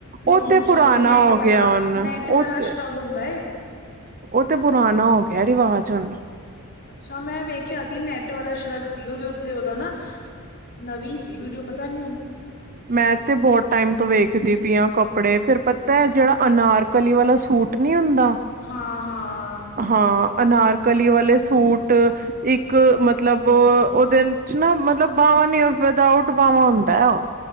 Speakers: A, on the left; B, on the right.
A: ਲੋਂਗ
B: ਉਹ ਤੇ ਪੁਰਾਣਾ
A: ਸ਼ਰਗ ਨੈਟ
B: ਹੋ
A: ਵਾਲਾ
B: ਗਿਆ ਹੁਣ
A: ਨੈਟ
B: ਉਹ
A: ਵਾਲਾ
B: ਤੇ
A: ਸ਼ਰਗ ਹੁੰਦਾ ਏ।
B: ਉਹ ਤੇ ਪੁਰਾਣਾ ਹੋ ਗਿਆ। ਰਿਵਾਜ਼ ਹੁਣ।
A: ਅੱਛਾ, ਮੈਂ ਵੇਖਿਆ ਸੀ। ਨੈਟ ਵਾਲਾ ਸ਼ਰਗ ਸੀ। ਉਹਦੇ ਉੱਤੇ ਉਹਦਾ ਨਾ ਨਵੀਂ ਸੀ। ਵੀਡੀਓ, ਪਤਾ ਨੀ ਹੁਣ।
B: ਮੈਂ ਤੇ ਬਹੁਤ ਟਾਈਮ ਤੋਂ ਵੇਖਦੀ ਪਈ ਹਾਂ ਕੱਪੜੇ ਫਿਰ ਪਤਾ ਹੈ। ਜਿਹੜਾ ਅਨਾਰ ਕਲੀ ਵਾਲਾ ਸੂਟ ਨਹੀ ਹੁੰਦਾ।
A: ਹਾਂ -ਹਾਂ।
B: ਹਾਂ ਅਨਾਰਕਲੀ ਵਾਲੇ ਸੂਟ ਇੱਕ ਮਤਲਬ ਉਹਦੇ ਚ ਨਾ ਮਤਲਬ। ਨੀ ਹੋਵੇਦਾ ਉਊਟ ਪਾਵਾਂ ਹੁੰਦਾ ਏ ਉਹ।